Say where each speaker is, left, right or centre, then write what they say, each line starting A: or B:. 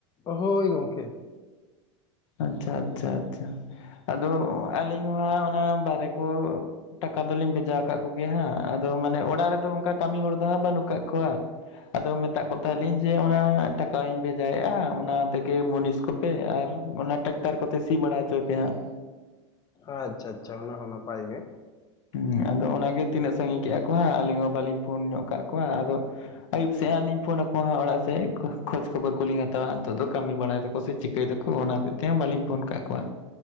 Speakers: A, on the left; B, on the left.
A: ᱚ ᱦᱳᱭ ᱜᱚᱝᱠᱮ᱾
B: ᱟᱪᱪᱷᱟ ᱟᱪᱪᱷᱟ ᱟᱪᱪᱷᱟ ᱟᱫᱚ ᱟᱹᱞᱤᱧ ᱢᱟ ᱚᱱᱟ ᱵᱟᱭᱨᱮ ᱠᱚ ᱴᱟᱠᱟ ᱫᱚᱞᱤᱧ ᱵᱷᱮᱡᱟ ᱟᱠᱟᱫ ᱠᱚᱜᱮᱭᱟ ᱦᱟᱸᱜ ᱟᱫᱚ ᱢᱟᱱᱮ ᱚᱲᱟᱜ ᱨᱮᱫᱚ ᱚᱱᱠᱟ ᱠᱟᱹᱢᱤ ᱦᱚᱲ ᱫᱚ ᱦᱟᱸᱜ ᱵᱟᱹᱱᱩᱜ ᱠᱟᱜ ᱠᱚᱣᱟ᱾ ᱟᱫᱚ ᱢᱮᱛᱟᱜ ᱠᱚ ᱛᱟᱦᱮ ᱞᱤᱧ ᱡᱮ ᱚᱱᱟ ᱴᱟᱠᱟᱧ ᱵᱷᱮᱡᱟᱭᱮᱫᱼᱟ ᱚᱱᱟ ᱛᱮᱜᱮ ᱢᱩᱱᱤᱥ ᱠᱚᱯᱮ ᱟᱨ ᱚᱱᱟ ᱴᱮᱠᱴᱟᱨ ᱠᱚᱛᱮ ᱥᱤ ᱵᱟᱲᱟᱭ ᱦᱚᱪᱚᱭ ᱯᱮ ᱦᱟᱸᱜ᱾
A: ᱟᱪᱪᱷᱟ ᱟᱪᱪᱷᱟ ᱚᱱᱟ ᱦᱚᱸ ᱱᱟᱯᱟᱭ ᱜᱮ
B: ᱦᱮᱸ ᱟᱫᱚ ᱚᱱᱟᱜᱮ ᱛᱤᱱᱟᱹᱜ ᱥᱟᱺᱜᱤᱧ ᱠᱮᱫᱼᱟ ᱠᱚ ᱦᱟᱸᱜ ᱟᱹᱞᱤᱧ ᱦᱚᱸ ᱵᱟᱞᱤᱧ ᱯᱷᱳᱱ ᱧᱚᱜ ᱠᱟᱜ ᱠᱚᱣᱟ ᱟᱫᱚ ᱟᱹᱭᱩᱵ ᱥᱮᱫ ᱦᱟᱸᱜ ᱞᱤᱧ ᱯᱷᱳᱱ ᱟᱠᱚᱣᱟ ᱦᱟᱸᱜ ᱚᱲᱟᱜ ᱥᱮᱫ᱾ ᱠᱷᱚᱡᱽ ᱠᱷᱚᱵᱚᱨ ᱠᱚᱞᱤᱧ ᱦᱟᱛᱟᱣᱟ ᱱᱤᱛᱚᱜ ᱫᱚ ᱠᱟᱹᱢᱤ ᱵᱟᱲᱟᱭ ᱫᱟᱠᱚ ᱥᱮ ᱪᱤᱠᱟᱹᱭ ᱫᱟᱠᱚ ᱚᱱᱟ ᱦᱚᱛᱮᱡ ᱛᱮᱦᱟᱸᱜ ᱵᱟᱹᱞᱤᱧ ᱯᱷᱳᱱ ᱠᱟᱜ ᱠᱚᱣᱟ᱾